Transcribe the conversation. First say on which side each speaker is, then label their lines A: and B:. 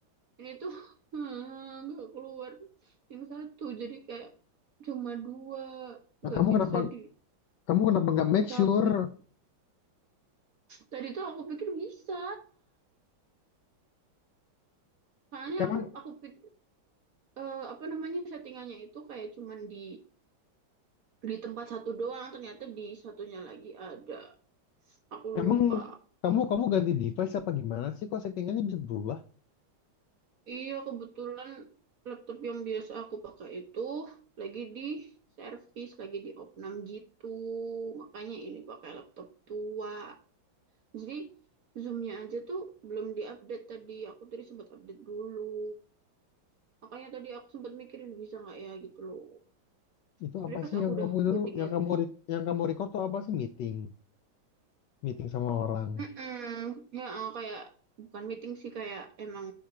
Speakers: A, on the right; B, on the left.
A: Ini tuh <laughs> hmm, nggak keluar yang satu. Jadi kayak cuma dua
B: Nah,
A: nggak
B: kamu
A: bisa
B: kenapa
A: di
B: kamu kenapa nggak make
A: submit.
B: sure?
A: Tadi tuh aku pikir bisa. Soalnya
B: Emang,
A: aku aku pikir eh, apa namanya settingannya itu kayak cuman di di tempat satu doang ternyata di satunya lagi ada Aku lupa.
B: emang kamu kamu ganti device apa gimana sih? Kok settingannya bisa berubah?
A: Iya, kebetulan laptop yang biasa aku pakai itu lagi di servis, lagi di opnam gitu. Makanya ini pakai laptop tua. Jadi Zoom-nya aja tuh belum diupdate tadi. Aku tadi sempat update dulu. Makanya tadi aku sempat mikirin bisa nggak ya gitu loh.
B: Itu
A: Sebenernya
B: apa
A: pas
B: sih
A: aku
B: yang
A: udah
B: kamu itu
A: ganti-ganti.
B: yang kamu re- yang kamu record tuh apa sih meeting? Meeting sama orang.
A: Mm-mm. Ya, ah, kayak bukan meeting sih kayak emang